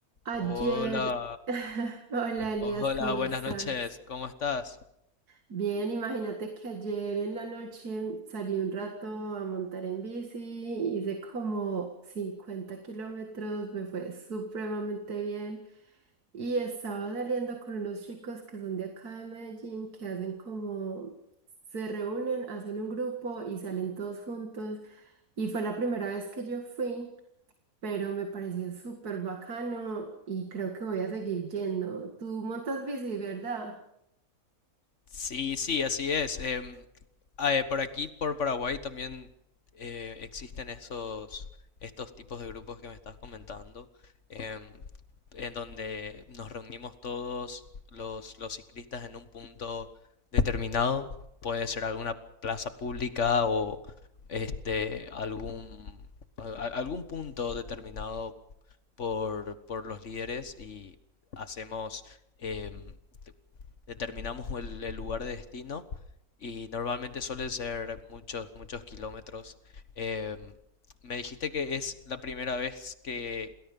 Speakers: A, on the right; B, on the left.
A: Ayer,
B: Hola,
A: <laughs> hola Elias,
B: hola,
A: ¿cómo
B: buenas
A: estás?
B: noches, ¿cómo estás?
A: Bien, imagínate que ayer en la noche salí un rato a montar en bici, hice como 50 kilómetros, me fue supremamente bien y estaba saliendo con unos chicos que son de acá de Medellín, que hacen como, se reúnen, hacen un grupo y salen todos juntos y fue la primera vez que yo fui pero me pareció súper bacano y creo que voy a seguir yendo. Tú montas bici, ¿verdad?
B: Sí, sí, así es. em, ah, eh, por aquí, por Paraguay, también eh, existen esos, estos tipos de grupos que me estás comentando, em, en donde nos reunimos todos los, los ciclistas en un punto determinado, puede ser alguna plaza pública o este, algún, a- a- algún punto determinado por, por los líderes y hacemos, em, determinamos el, el lugar de destino y normalmente suelen ser muchos, muchos kilómetros. Em, me dijiste que es la primera vez que